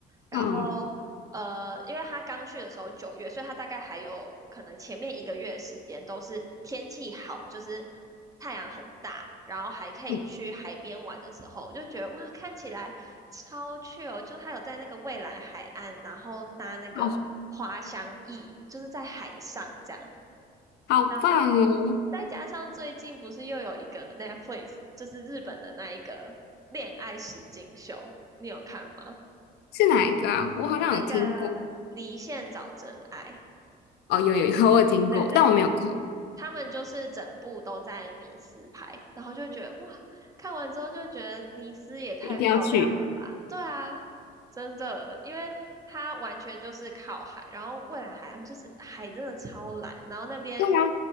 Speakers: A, on the right (about 20°); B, on the left (about 75°).
A: 然后呃，
B: 嗯
A: 因为他刚去的时候九月，所以他大概还有可能前面一个月的时间都是天气好，就是太阳很大，然后还可以去海边玩的时候，
B: 嗯，
A: 我就觉得哇，看起来超 chill，就是他有在那个蔚蓝海岸，然后搭那个滑翔翼，
B: 好
A: 就是在海上这样，
B: 好棒哦！
A: 然后再加上最近不是又有一个 Netflix，就是日本的那一个恋爱实境秀，你有看吗？
B: 是哪一个啊？我好像有听过。
A: 那个离线找真爱，
B: 哦，有有有，<laughs> 我有听过，
A: 对对
B: 但我没有看，
A: 他们就是整部都在尼斯拍，然后就觉得哇，看完之后就觉得尼斯也太漂亮了吧？
B: 一定要去。
A: 对啊，真的，因为它完全就是靠海，然后蔚蓝海岸就是海真的超蓝，然后那边
B: 对啊，